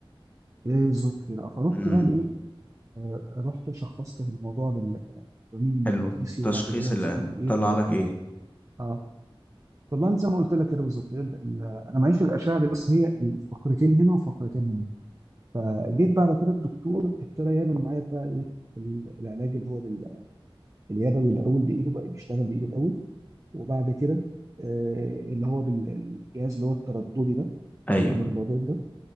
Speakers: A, on the right; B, on the left.
A: ايه ذكري بقى فرحت
B: امم
A: بقى لايه آه، رحت شخصت الموضوع بالرنين المغناطيسي
B: حلو تشخيص
A: وبعد كده يا
B: اللي
A: صديقي ايه
B: طلع لك ايه
A: اه طلع لي زي ما قلت لك كده بالظبط ال- ال- انا معيش في الاشعه دي بس هي فقرتين هنا وفقرتين هنا فجيت بعد كده الدكتور ابتدى يعمل معايا بقى ايه ال- العلاج اللي هو بال- اليدوي الاول بايده بقى بيشتغل بايده الاول وبعد كده آه، اللي هو بالجهاز اللي هو الترددي ده
B: ايوه
A: بيعمل البضات ده